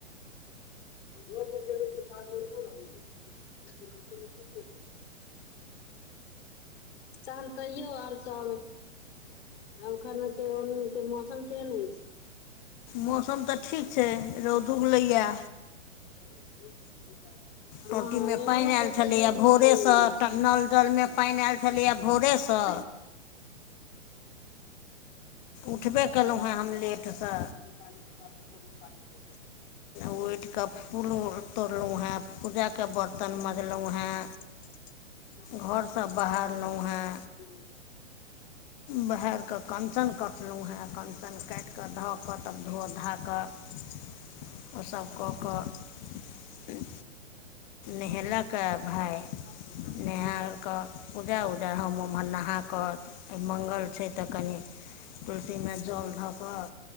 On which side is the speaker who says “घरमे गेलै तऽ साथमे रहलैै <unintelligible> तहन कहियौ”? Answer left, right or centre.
Left